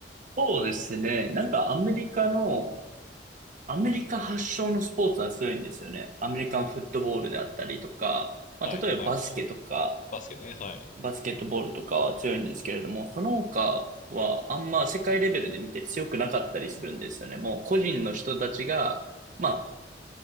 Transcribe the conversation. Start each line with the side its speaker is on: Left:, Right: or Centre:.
Right: そうですね。なんかアメリカのアメリカ発祥のスポーツは強いんですよね。アメリカンフットボールであったりとか、まあ、
Left: はい、
Right: 例えばバスケとか、
Left: はい、はい。バスケね、はい。
Right: バスケットボールとかは強いんですけれども、その他はあんま世界レベルで見て強くなかったりするんですよね。もう個人の人たちが、まあ、